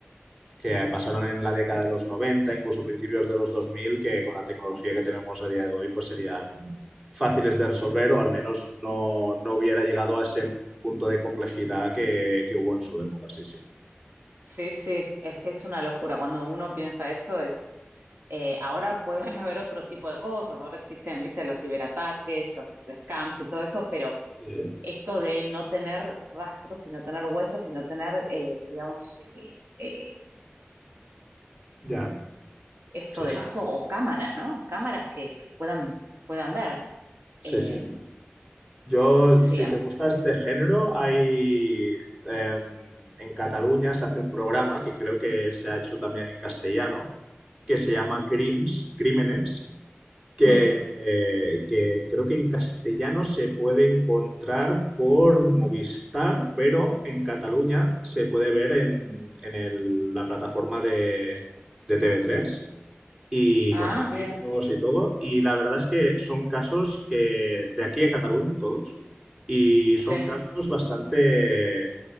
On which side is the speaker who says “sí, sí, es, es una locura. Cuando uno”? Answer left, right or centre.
Right